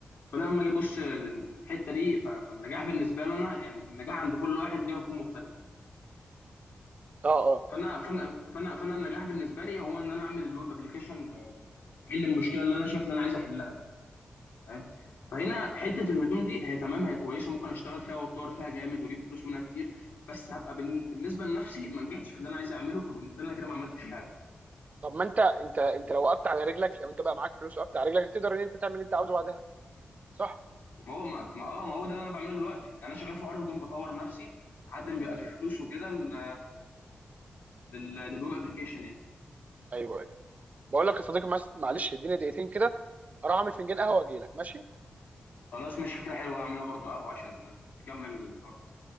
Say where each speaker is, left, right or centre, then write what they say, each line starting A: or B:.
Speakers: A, on the left; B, on the right.
A: فانا لما اجي ابص لل- للحته دي ف- فالنجاح بالنسبه لي انا يعني النجاح عند كل واحد ليه مفهوم مختلف
B: اه اه
A: فانا فانا فانا فانا النجاح بالنسبه لي هو ان انا اعمل الويب ابلكيشن و- و- واحل المشكله اللي انا شايف ان انا عايز احلها دي فاهم فهنا حته الهدوم دي هي تمام هي كويسه ممكن اشتغل فيها واتطور فيها جامد واجيب فلوس منها كتير بس هبقى بن- بالنسبه لنفسي ما نجحتش في اللي انا عايز اعمله فبالنسبه لي انا كده ما عملتش حاجه
B: طب ما انت انت انت لو وقفت على رجلك لو انت بقى معاك فلوس وقفت على رجلك تقدر ان انت تعمل اللي انت عاوزه بعدها صح
A: ما هو ما ما- اه ما هو ده اللي انا بعمله دلوقتي يعني انا شغال في حوار هدوم بطور نفسي لحد ما بيبقى
B: مم.
A: في فلوس وكده لل- لل- للويب ابلكيشن يعني
B: ايوه ايوه بقول لك يا صديقي مس- معلش اديني دقيقتين كده هروح اعمل فنجان قهوه واجي لك ماشي
A: خلاص ماشي فكره حلوه هعملها برضو قهوه عشان نكمل الحوار